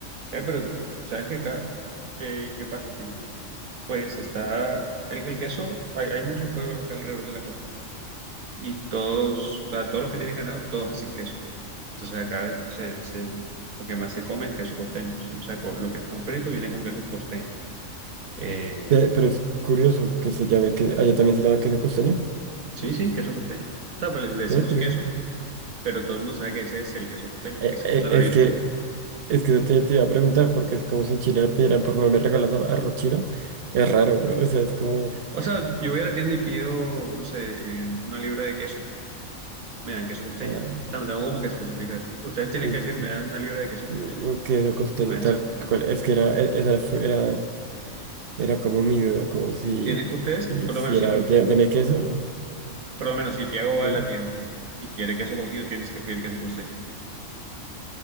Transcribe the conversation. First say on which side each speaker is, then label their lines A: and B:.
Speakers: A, on the right; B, on the right.
A: Eh, pero, ¿sabes qué acá? eh, ¿qué pasa? Que, pues, está... El, el queso, hay, hay muchos pueblos acá alrededor de la costa. Y todos, o sea, todos los que tienen ganado, todos hacen queso. Entonces acá se, se, lo que más se come es queso costeño. ¿sí? O sea, co- lo que es con frito viene con queso costeño. Eh,
B: Pe- pero es curioso que se llame, que allá también se llama queso costeño.
A: Sí, sí, queso costeño. O sea, pues le le decimos
B: Ve, curioso.
A: queso, pero todo el mundo sabe que ese es el queso costeño,
B: Eh,
A: que es
B: eh,
A: un saladito.
B: es que Es que eso te, te iba a preguntar, porque es como si en Chile le pidieran, por favor, me regalas ar- arroz chino. Es raro, o sea, es como.
A: O sea, yo voy a la tienda y pido, no sé, eh, una libra de queso, me dan queso costeño.
B: ah,
A: O sea, no tengo como que especificar. Ustedes tienen
B: sí,
A: que
B: sí,
A: decir,
B: sí.
A: me dan una libra de queso costeño,
B: u- u- Queso costeño,
A: o me hacen.
B: tal cual. Es que era, e- esa fue- era, era como mi duda, como si,
A: Tienen, ustedes,
B: y
A: por
B: si
A: lo menos
B: era,
A: si tú,
B: de, deme queso o.
A: por lo menos si Tiago va
B: de-
A: a la tienda y quiere queso costeño, tienes que pedir queso costeño.